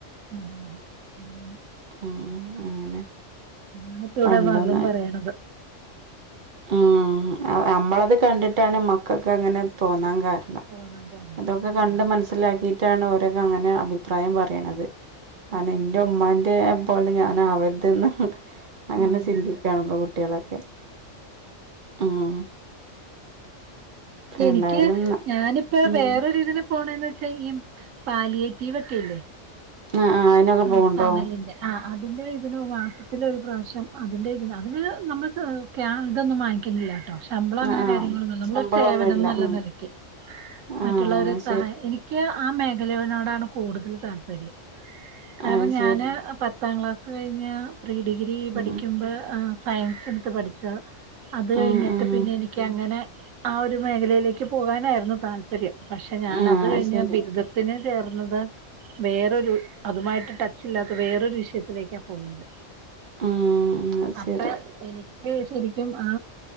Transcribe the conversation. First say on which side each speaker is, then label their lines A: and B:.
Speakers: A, on the right; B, on the right.
A: അതെ അതെ ഉം
B: മ്മ് അങ്ങനെ
A: അതാപ്പം ഇവടെ
B: പണ്ടൊന്ന്
A: മകളും പറയ്ണത്
B: ഉം നമ്മളത് കണ്ടിട്ടാണ് മക്കൾക്ക് അങ്ങനെ തോന്നാൻ കാരണം
A: <inaudible>
B: ഇതൊക്കെ
A: അതാണ്
B: കണ്ട് മനസ്സിലാക്കിയിട്ടാണ് ഓരൊക്കെ അങ്ങനെ അഭിപ്രായം പറയ്ണത് അത്ന്റെ
A: ഉം
B: ഉമ്മാന്റെ പോലെ ഞാൻ അവരുതെന്ന് അങ്ങനെ
A: അതെ
B: ചിന്തിക്കാണ്
A: അതെ
B: ഇപ്പൊ കുട്ട്യാളൊക്കെ മ്മ്
A: എനിക്ക്
B: എന്തായാലും ന
A: ഞാനിപ്പോ
B: ഉം
A: വേറൊരിതിന് പോണന്ന് വെച്ചാ ഇപ്പൊ ഈ പാലിയെറ്റിവൊക്കെയില്ലേ
B: ആ അതിനൊക്കെ
A: ആ
B: പോവുന്നുണ്ടോ
A: തണലിന്റെ ആ അതിന്റെ ഇതിന് മാസത്തിലൊരു പ്രാവശ്യം അതിന്റെ ഇതിന് അതിന് നമ്മൾക്ക് ഇതൊന്നും വാങ്ങിക്കലില്ലട്ടോ ശമ്പളം അങ്ങനെ
B: ആ ആ
A: കാര്യങ്ങളൊന്നുല്ല നമ്മളൊരു
B: ശമ്പളമൊന്നുമില്ല
A: സേവനം നല്ല
B: ഉം
A: നെലക്ക് മറ്റുള്ളവരെ
B: ആ
A: സഹായിക്ക
B: ശരി
A: നിക്ക് നിക്ക് ആ മേഖലയോടാണ് കൂടുതൽ താല്പര്യം കാരണം
B: അത്
A: ഞാന്
B: ശരി
A: പത്ത് പത്താം ക്ലാസ് കഴിഞ്ഞ് പ്രീ ഡിഗ്രി
B: ഉം
A: പഠിക്കുമ്പോ ആ സയൻസ് എടുത്ത് പഠിച്ച അത് കഴിഞ്ഞിട്ട്
B: ഉം ഉം
A: പിന്നെ എനിക്ക് അങ്ങനെ ആ ഒരു മേഖലയിലേക്ക് പോകാനായിരുന്നു താല്പര്യം ല്പര്യം പക്ഷെ ഞാൻ
B: ആ
A: അത് കഴിഞ്ഞ്
B: ശരി
A: ബിരുദത്തിന് ചേർന്നത് വേറൊരു അതുമായിട്ട് ടച്ചില്ലാത്ത വേറൊരു വിഷയത്തിലേക്കാ പോയത്
B: ഉം അത്
A: അപ്പൊ
B: ശരി
A: എനിക്ക് ശരിക്കും ആ